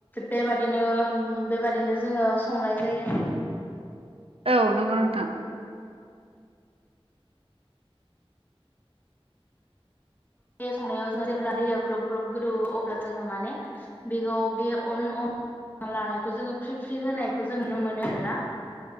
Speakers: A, on the left; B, on the right.
A: बेबायदिनो बेबायदिनो जोङो जायो आरो
B: औ नंगौ नोंथां
A: संनायाव जों जेब्ला दैया ग्लब ग्लब गोदौयो अब्ला जोङो माने बेखौ बे अन लानायखौ जोङो फ्रि फ्रि होनायखौ जों नुनो मोनो आरो ना